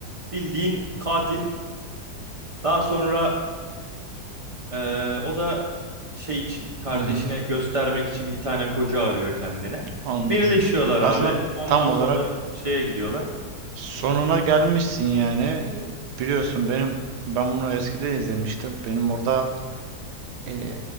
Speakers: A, on the right (about 45°); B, on the right (about 85°).
A: Bildiğin katil. Daha sonra ee, o da şey için kardeşine
B: Hı hı.
A: göstermek için bir tane koca arıyor kendine.
B: Anladım.
A: Birleşiyorlar
B: Aslında
A: abi. Ondan
B: tam olarak
A: sonra şeye gidiyorlar.
B: sonuna gelmişsin yani. Biliyorsun benim ben bunu eskiden izlemiştim. Benim orada eee,